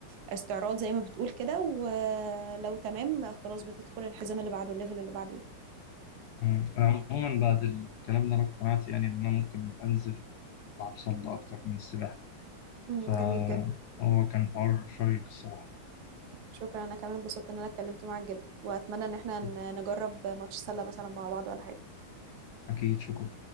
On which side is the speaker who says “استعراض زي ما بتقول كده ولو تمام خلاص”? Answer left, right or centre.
Right